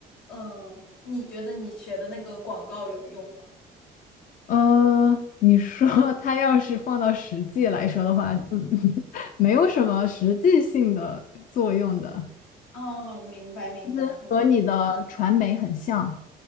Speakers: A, on the left; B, on the left.
A: 嗯、你觉得你学的那个广告有用吗？
B: 嗯，你说 <laughs> 它要是放到实际来说的话，嗯，<laughs> 没有什么实际性的作用的，
A: 哦，明白明白，
B: 就是和你的传媒很像，
A: 我